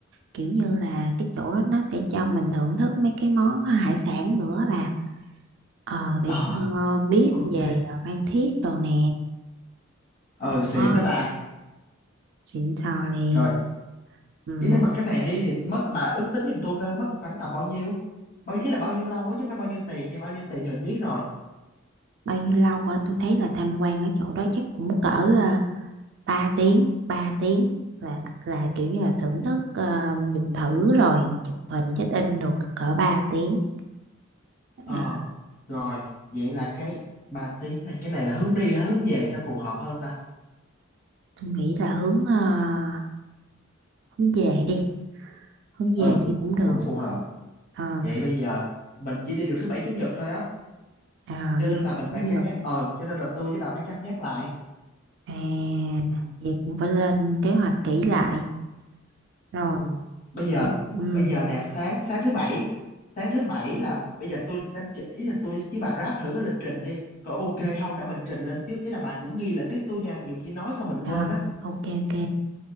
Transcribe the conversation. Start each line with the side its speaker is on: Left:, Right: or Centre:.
Right: kiểu như là cái chỗ đó nó sẽ cho mình thưởng thức mấy cái món à, hải sản nữa là ờ, để
Left: ờ
Right: ờ, biết
Left: ok
Right: về ờ, Phan Thiết đồ nè
Left: ờ
Right: Đó,
Left: xịn đó bà
Right: xịn sò liền
Left: rồi
Right: ừ.
Left: ý là mà cái này đi thì mất bà ước tính giùm tôi coi mất khoảng tầm bao nhiêu bao ý là bao nhiêu lâu á chứ không phải bao nhiêu tiền nha bao nhiêu tiền thì mình biết rồi
Right: bao nhiêu lâu hả tôi thấy là tham quan ở chỗ đó chắc cũng cỡ à, 3 tiếng ba tiếng là là kiểu như là thưởng thức à, dùng thử rồi chụp hình check in rồi cỡ ba tiếng
Left: Ờ,
Right: à,
Left: rồi, vậy là cái 3 tiếng này, cái này là hướng đi hay hướng về sẽ phù hợp hơn ta?
Right: tôi nghĩ là hướng à, hướng về đi hướng về
Left: Ừ,
Right: đi cũng được
Left: cũng phù hợp.
Right: ờ
Left: Vậy bây giờ mình chỉ đi được thứ bảy chủ nhật thôi á,
Right: à,
Left: cho
Right: đi
Left: nên là mình
Right: cũng
Left: phải cân
Right: được
Left: nhắc. Ờ, cho nên là tôi với bà phải cân nhắc lại.
Right: à vậy cũng phải lên kế hoạch kỹ lại rồi
Left: Ừ, bây giờ,
Right: nhưng- ừ
Left: bây giờ nè, sáng sáng thứ bảy, sáng thứ bảy là bây giờ tôi sẽ- ý là tôi với bà ráp thử cái lịch trình đi. Có ok không để mình trình lên trước, ý là bà cũng ghi lại tiếp tôi nha, nhiều khi nói xong mình quên
Right: à,
Left: á.
Right: ok ok